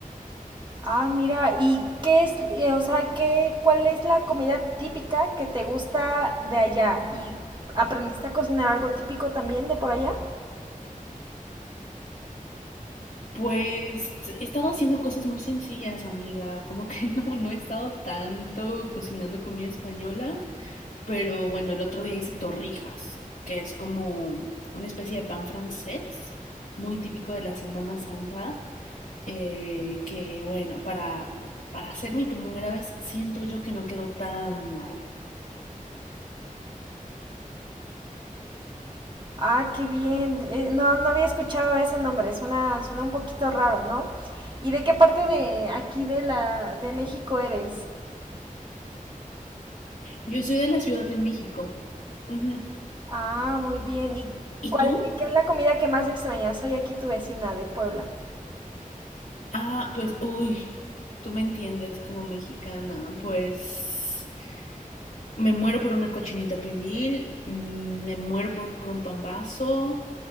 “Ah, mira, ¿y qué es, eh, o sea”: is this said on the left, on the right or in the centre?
Right